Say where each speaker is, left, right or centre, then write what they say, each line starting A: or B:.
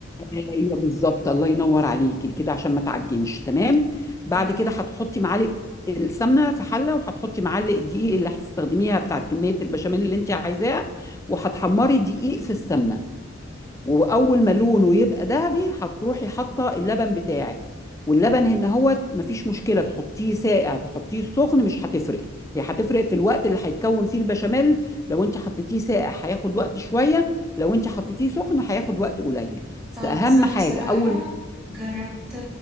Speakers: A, on the left (about 15°); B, on the right (about 30°).
A: ايوه بالظبط الله ينور عليكي كده عشان ما تعجنش تمام بعد
B: تمام
A: كده هتحطي معلقه السمنه في حله وهتحطي معلقه دقيق اللي هتستخدميها بتاعت كميه البشاميل اللي انت عايزاها وهتحمري الدقيق في السمنه واول ما لونه يبقى دهبي هتروحي حاطه اللبن بتاعك واللبن هنا هو مفيش مشكله تحطيه ساقع تحطيه سخن مش هتفرق هي هتفرق في الوقت اللي هيتكون فيه البشاميل لو انت حطيتيه ساقع هياخد وقت شويه لو انت حطيتيه سخن هياخد وقت قليل بس
B: اه
A: اهم
B: بس انا
A: حاجه
B: بصراحة
A: اول ما
B: جربت